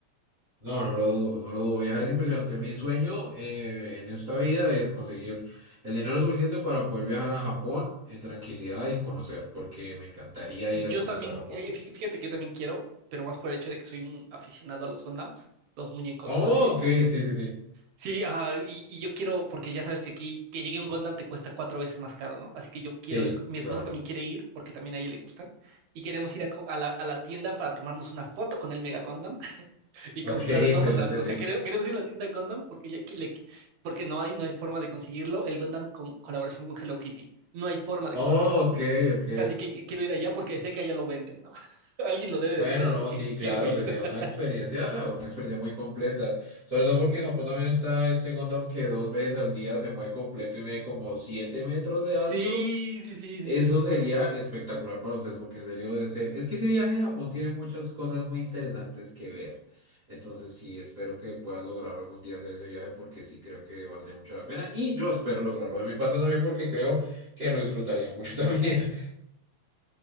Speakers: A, on the right; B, on the right.
A: No, no lo dudo, no lo dudo. Viajar es impresionante. Mi sueño eh, en esta vida es conseguir el dinero suficiente para poder viajar a Japón en tranquilidad y conocer, porque me encantaría
B: Yo
A: ir a conocer
B: también,
A: Japón.
B: eh, fí- fíjate que yo también quiero, pero más por el hecho de que soy un aficionado a los Gondams, los muñecos.
A: Oh,
B: No sé si,
A: ok, sí, sí, sí.
B: sí, ajá, y, y yo quiero, porque ya sabes que aquí, que llegue un Gundam te cuesta cuatro veces más caro, ¿no? Así que yo quiero
A: Sí,
B: ir, co- mi esposa
A: claro.
B: también quiere ir, porque también a ella le gustan, y queremos ir a, co- a la, a la tienda para tomarnos una foto con el Mega Gundam. y
A: Ok,
B: comprar
A: <laughs> excelente,
B: Gundam. O
A: sí.
B: sea, quere- queremos ir a la tienda Gundam porque ya que le- porque no hay, no hay forma de conseguirlo. El Gundam con colaboración con Hello Kitty. No hay forma de
A: Oh,
B: conseguirlo.
A: ok, ok.
B: Así que quiero ir allá porque sé que allá lo venden, ¿no? <laughs> Alguien lo debe
A: Bueno,
B: de tener,
A: no,
B: así que
A: sí, claro,
B: quiero ir.
A: sería
B: <laughs>
A: una experiencia, una experiencia muy completa. Sobre todo porque en Japón también está este Gundam que dos veces al día se mueve completo y mide como 7 metros de alto.
B: Sí, sí, sí,
A: Eso
B: sí, no.
A: sería espectacular para ustedes, porque en serio, ese, es que ese viaje a Japón tiene muchas cosas muy interesantes que ver. Entonces, sí, espero que puedas lograr algún día hacer ese viaje, porque sí creo que valdría mucho la pena. Y yo espero lograrlo de mi parte también, porque creo que lo disfrutaría mucho <laughs> también.